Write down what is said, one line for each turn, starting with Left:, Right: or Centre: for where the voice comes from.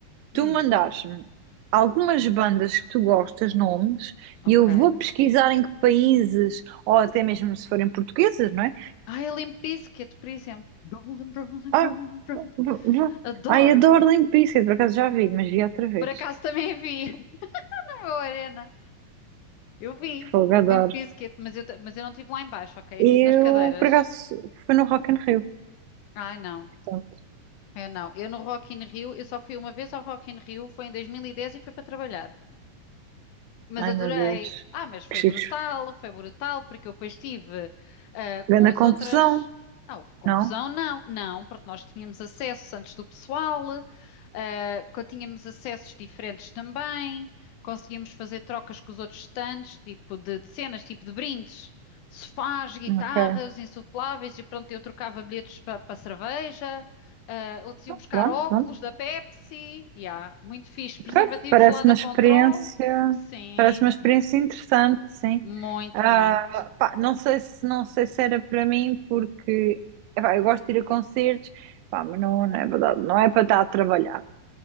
Right: tu
Left: hum,
Right: mandares-me algumas bandas que tu gostas, nomes,
Left: ok.
Right: e eu vou pesquisar em que países, ou até mesmo se forem portuguesas, não é?
Left: Ai, a Limp Bizkit, por exemplo. Rollin', rollin',
Right: Ah,
Left: rollin', rollin'.
Right: vou, vou.
Left: Adoro.
Right: Ai, adoro Limp Bizkit, por acaso já vi, mas vi outra vez.
Left: Por acaso também vi <laughs> na meu arena. Eu vi
Right: Fogo, adoro.
Left: Limp Bizkit, mas eu, ta- mas eu não estive lá em baixo, ok? Eu
Right: Eu,
Left: estive nas cadeiras.
Right: por acaso, foi no Rock in Rio,
Left: Ai, não.
Right: portanto.
Left: Eu não. Eu no Rock in Rio, eu só fui uma vez ao Rock in Rio, foi em 2010 e dez e fui para trabalhar. Mas
Right: Ai,
Left: adorei.
Right: meu Deus.
Left: Ah, mas foi
Right: Que chique.
Left: brutal, foi brutal, porque eu depois estive ah,
Right: Grande
Left: com as
Right: confusão,
Left: outras. Ah, houve confusão?
Right: não?
Left: Não, não, porque nós tínhamos acessos antes do pessoal, ah, co- tínhamos acessos diferentes também, conseguíamos fazer trocas com os outros stands, tipo de, de cenas, tipo de brindes, sofás, guitarras,
Right: Ok,
Left: insufláveis, e pronto, eu trocava bilhetes para cerveja, ah, outros iam buscar
Right: pronto.
Left: óculos da Pepsi, yeah, muito fixe, preservativos
Right: Pois, Parece
Left: lá da
Right: uma experiência,
Left: Control. Sim,
Right: parece uma
Left: sim.
Right: experiência interessante, sim.
Left: Muito,
Right: Ah,
Left: muito.
Right: pá, não sei se não sei se era para mim porque epá, eu gosto de ir a concertos, pá, mas não, não é verdade, não é para estar a trabalhar.